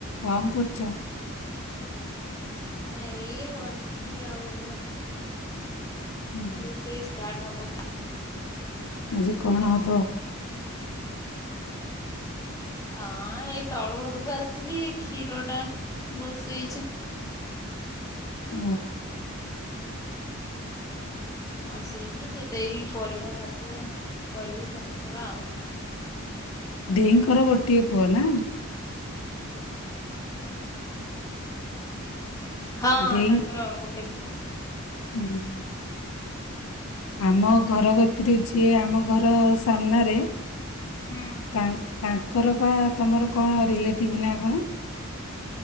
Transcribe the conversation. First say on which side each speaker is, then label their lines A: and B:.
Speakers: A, on the left; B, on the left.
A: କଣ କରୁଛ?
B: ଏ ଏଇ ବସିଛି। ଆଉ ଏବେ
A: ହୁଁ
B: ରୋଷେଇ ଷ୍ଟାଟ ହବ।
A: ଆଜି କଣ ହବ?
B: ହଁ ଏଇ ତଳ ଘରକୁ ଆସିଲି କ୍ଷୀର ଟା ବସେଇଛି।
A: ଅ
B: ବସେଇଲି ସେ ଦେଇ ପରିବା କାଟିଲେ କରିବି ସନ୍ତୁଳା ଆଉ।
A: ଦେଇଙ୍କର ଗୋଟିଏ ପୁଅ ନା।
B: ହଁ
A: ଦେଇ
B: ତାଙ୍କର ଗୋଟେ ପୁଅ।
A: ହୁଁ, ଆମ ଘର କତିରେ ସିଏ ଆମ ଘର ସାମ୍ନାରେ
B: ହୁଁ,
A: ତା ତାଙ୍କର ବା ତମର କଣ ରିଲେଟିଭ ନା କଣ